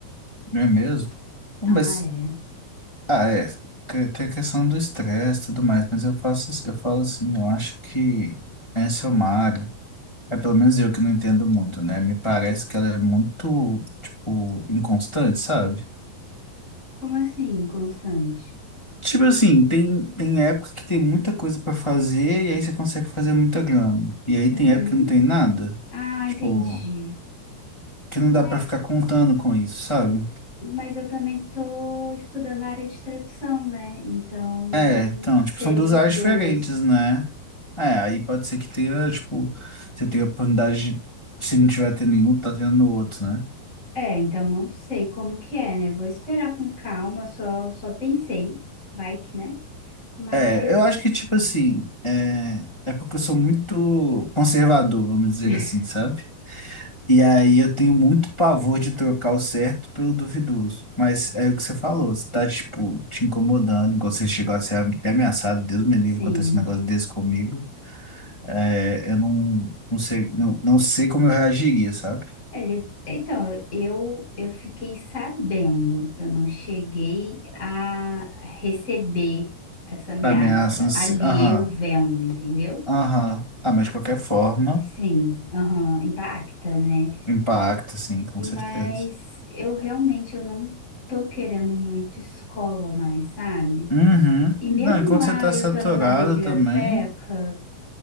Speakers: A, on the left (about 55°); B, on the left (about 20°).
A: não é mesmo? Bom,
B: Ah,
A: Mas,
B: é.
A: ah, é, que- tem a questão do estresse e tudo mais, mas eu faço, eu falo assim, eu acho que essa é uma área, é pelo menos eu que não entendo muito, né? Me parece que ela é muito, tipo, inconstante, sabe?
B: Como assim, constante?
A: Tipo assim, tem, tem época que tem muita coisa pra fazer e aí você consegue fazer muita grana. E aí
B: Uhum.
A: tem época que não tem nada.
B: Ah,
A: Tipo,
B: entendi.
A: que não dá
B: Mas,
A: pra ficar contando com isso, sabe?
B: mas eu também tô estudando a área de tradução, né? Então,
A: É, então,
B: seria
A: tipo, são duas
B: os
A: áreas
B: dois.
A: diferentes, né? É, aí pode ser que tenha, tipo, você tenha oportunidade de, se não tiver tendo nenhum, tá tendo no outro, né?
B: É, então não sei como que é, né? Vou esperar com calma, só, só pensei, vai que, né? Mas,
A: É, eu acho que, tipo assim, é, é porque eu sou muito conservador, vamos dizer
B: <laughs>
A: assim, sabe? E aí eu tenho muito pavor de trocar o certo pelo duvidoso. Mas é o que você falou, se tá, tipo, te incomodando, igual você chegou a ser até ameaçado, Deus me livre,
B: sim.
A: acontece um negócio desse comigo. É, eu não, não sei, não, não sei como eu reagiria, sabe?
B: Ele, então, eu, eu fiquei sabendo, eu não cheguei a receber essa ameaça
A: Pra ameaça, não sei.
B: ali
A: Aham,
B: eu vendo, entendeu?
A: aham. Ah, mas de qualquer forma,
B: Sim, aham, impacta, né?
A: impacta, sim, com
B: mas
A: certeza.
B: eu realmente eu não tô querendo muito escola mais, sabe?
A: Uhum.
B: E
A: Não,
B: mesmo
A: e quando
B: lá
A: você tá
B: eu
A: saturado
B: estando na biblioteca,
A: também.